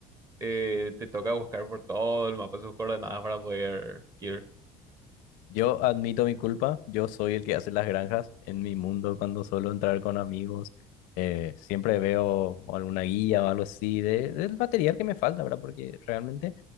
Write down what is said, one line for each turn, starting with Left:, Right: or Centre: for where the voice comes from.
Right: eh, te toca buscar por todo el mapa sus coordenadas para poder ir.
Left: Yo admito mi culpa, yo soy el que hace las granjas en mi mundo cuando suelo entrar con amigos. eh, siempre veo alguna guía o algo así de, del material que me falta, ¿verdad? Porque realmente,